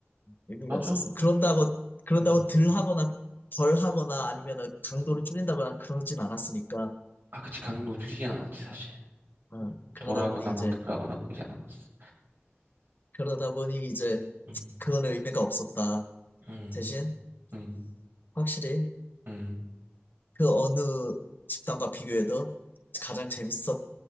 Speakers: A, on the left; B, on the right.
A: 의미가
B: 맞아.
A: 없었어. 그런다고, 그런다고
B: 음.
A: 덜 하거나 덜 하거나 아니면 강도를 줄인다거나 그러진 않았으니까.
B: 아, 그치. 강도 줄이진 않았지, 사실.
A: 어, 그러다
B: 덜하거나
A: 보니
B: 뭐
A: 이제,
B: 덜하거나 그러진 않았어.
A: 그러다 보니 이제
B: 음,
A: 그거는 의미가 없었다.
B: 음,
A: 대신,
B: 음,
A: 확실히
B: 음.
A: 그 어느 집단과 비교해도 가장 재밌었다.